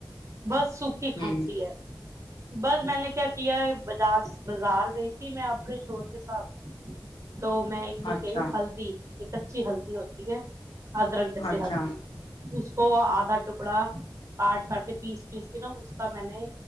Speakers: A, on the right; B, on the left.
A: بس سوکھی
B: ہوں
A: کھانسی ہے بس میں نے کیا کیا ہے بس بازار گئی تھی میں اپنے شو ہر کے ساتھ تو میں
B: اچھا
A: ہلدی ایک اچھی ہلدی ہوتی ہے ادرک جیسے
B: اچھا
A: ہلدی اس کو ادھا ٹکڑا کاٹ کر کے پیس پیس کے نا اس کا میں نے